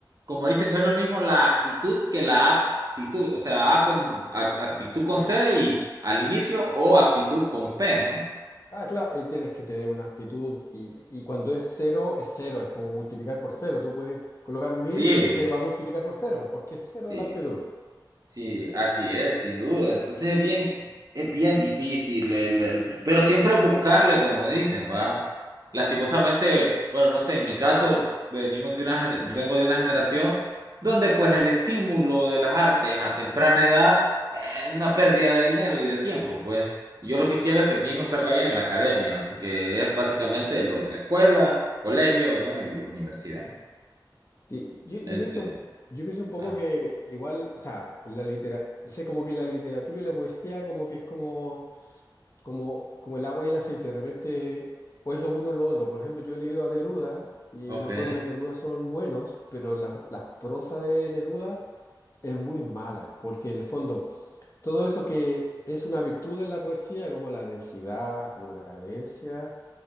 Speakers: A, on the right; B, on the left.
A: como dicen, no es lo mismo la actitud que la aptitud, o sea, A con a- aptitud con C y al inicio o aptitud con P, ¿no?
B: Ah, claro, eh, tienes que tener una actitud, y, y cuando es cero, es cero, es como multiplicar por cero, tú puedes colocar mil
A: Sí,
B: y se va a multiplicar por cero, porque es cero
A: Sí.
B: la actitud.
A: Sí, así es, sin duda. Entonces es bien, es bien difícil, el- el- pero siempre buscarle, como dicen, va. Lastimosamente, bueno, no sé, en mi caso, venimos de una, gen- vengo de una generación donde pues el estímulo de las artes a temprana edad es una pérdida de dinero y de tiempo, pues. Yo lo que quiero es que mi hijo salga bien en la academia, así que es básicamente lo de la escuela, colegio, ¿no? Y universidad.
B: Sí, yo, yo
A: Ente-
B: pienso, un- yo pienso un poco
A: ah,
B: que igual, o sea, en la litera, no sé, como que la literatura y la poesía como que es como, como, como el agua y el aceite, de repente o es lo uno o lo otro. Por ejemplo, yo he leído a Neruda y
A: ok.
B: los poemas de Neruda son buenos, pero la, la prosa de Neruda es muy mala, porque en el fondo Todo eso que es una virtud en la poesía, como la densidad, como la cadencia,